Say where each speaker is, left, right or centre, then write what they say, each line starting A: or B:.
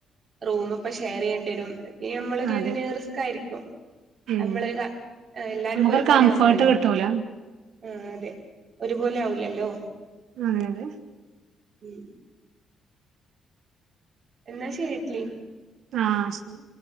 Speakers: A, on the right; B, on the right.
A: റൂമിപ്പം ഷെയറെയ്യേണ്ടി വരും ഈ മ്മളൊരു
B: അതെ
A: ഒരിതിന് റിസ്ക് ആയിരിക്കും
B: ഉം
A: അമ്മള് ക ആഹ് എല്ലാരും
B: നമുക്കൊരു
A: ഇപ്പൊ ഒരുപോലെ
B: കംഫേർട്ട്
A: ആവൂല്ലല്ലോ
B: കിട്ടൂല
A: ആഹ് അതെ ഒരുപോലെ ആവൂല്ലല്ലോ
B: ആരാത്
A: ഉം എന്നാ ശരി <unintelligible>
B: ആഹ് ശരി